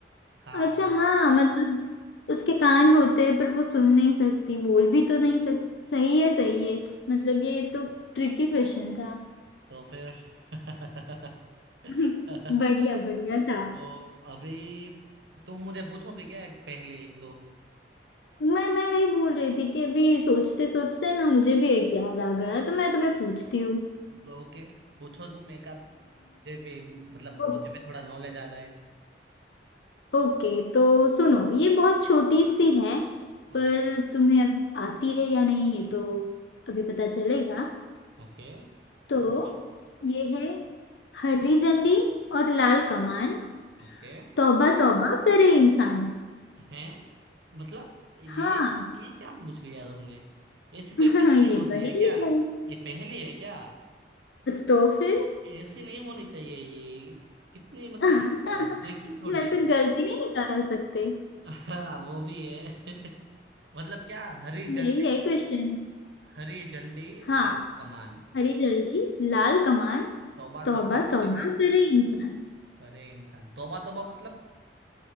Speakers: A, on the right; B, on the left.
A: हाँ
B: अच्छा हाँ मतलब उसके कान होते हैं पर वो सुन नहीं सकती बोल भी तो नहीं सक सही है सही है मतलब ये तो ट्रिकी क्वेश्चन था
A: तो फिर <laughs>
B: <laughs> बढ़िया बढ़िया था
A: तो अभी तुम मुझे पूछोगे क्या एक पहले एक दो
B: मैं मैं वही बोल रही थी कि अभी सोचते सोचते ना मुझे भी एक याद आ गया तो मैं तुम्हें पूछती हूँ
A: तो ओके पूछो तुम एक आध फिर भी मतलब
B: अ,
A: मुझे भी थोड़ा नॉलेज आ जाए
B: ओके तो सुनो ये बहुत छोटी सी है पर
A: ओके
B: तुम्हें अब आती है या नहीं ये तो अभी पता चलेगा
A: ओके
B: तो
A: पूछो
B: ये है हरी झंडी और लाल कमान
A: ओके
B: तौबा तौबा करे इंसान
A: हैं मतलब ये
B: हाँ
A: ये क्या पूछ लिया तुमने ऐसी कोई
B: <laughs>
A: पहेली
B: ये
A: होती
B: पहेली
A: है क्या
B: है
A: ये पहेली है क्या
B: तो फिर <laughs>
A: ऐसी नहीं होनी चाहिए ये कितनी मतलब
B: मैं
A: ट्रिकी थोड़ी
B: से
A: है
B: गलती नहीं निकाल सकते
A: हाँ वो भी है <laughs> मतलब क्या हरी झंडी
B: यही है क्वेश्चन
A: हरी झंडी
B: हाँ
A: लाल कमान
B: हरी झंडी लाल कमान
A: तौबा
B: तौबा
A: तौबा
B: तौबा
A: करे
B: करे इंसान
A: करे इंसान तौबा तौबा मतलब